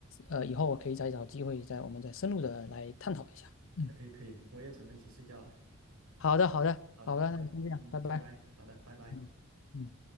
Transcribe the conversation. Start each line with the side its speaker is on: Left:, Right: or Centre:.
Left: 呃以后我可以再找机会再我们再深入的来探讨一下。嗯，
Right: 可以可以，我也准备去睡觉了。
Left: 好的好的好的，
Right: 好的好的，
Left: 那就先这样，
Right: 嗯，
Left: 拜拜。
Right: 拜拜，好的，拜拜。
Left: 嗯嗯。